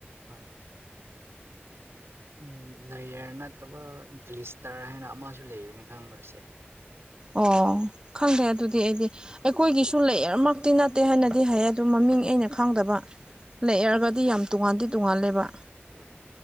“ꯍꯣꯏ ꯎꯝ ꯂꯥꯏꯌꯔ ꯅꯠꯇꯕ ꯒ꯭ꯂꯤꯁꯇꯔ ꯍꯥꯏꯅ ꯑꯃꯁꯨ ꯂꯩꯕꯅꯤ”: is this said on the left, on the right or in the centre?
Right